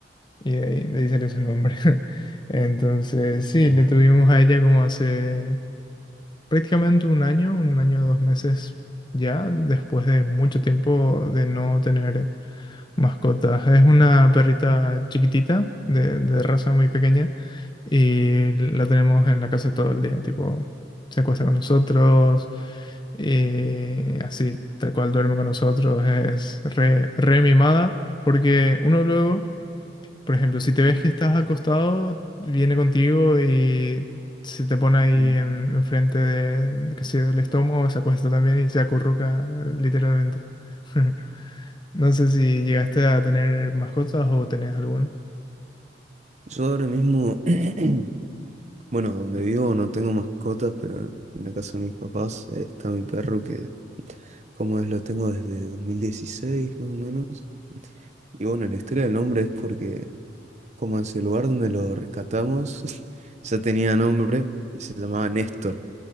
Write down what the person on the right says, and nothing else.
eh,
mm,
yo ahora mismo, <clears throat> bueno, donde vivo no tengo mascotas, pero en la casa de mis papás eh, está mi perro que, como es, lo tengo desde 2016 más o menos. Y bueno, la historia del nombre es porque, como es el lugar donde lo rescatamos, <laughs> ya tenía nombre y se llamaba Néstor.